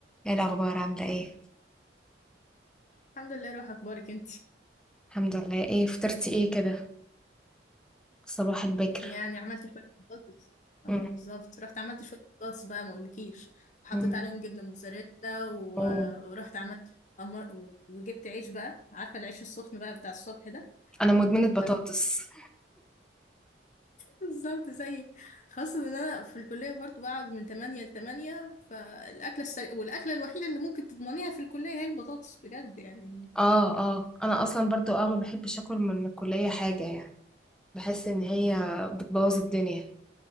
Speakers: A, in the centre; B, on the left.
A: ايه الاخبار عامله ايه
B: الحمد لله روح اخبارك انت
A: الحمد لله ايه فطرتي ايه كده صباح البكر
B: يعني عملت شويه بطاطس اه
A: مم.
B: بالظبط رحت عملت شويه بطاطس بقى ما اقولكيش وحطيت
A: مم.
B: عليهم جبنه موتزاريلا و...
A: اوه
B: ورحت عملت أمر... و- وجبت عيش بقى عارفه العيش السخن بقى بتاع الصبح ده
A: انا مدمنه بطاطس
B: <laughs> بالظبط زيك خاصه ان انا في الكليه برضو بقعد من 8 ل 8 فالاكله السريعه والاكله الوحيده اللي ممكن تضمنيها في الكليه هي البطاطس بجد يعني
A: اه اه انا اصلا برضو اه ما بحبش اكل من الكليه حاجه يعني بحس ان هي بتبوظ الدنيا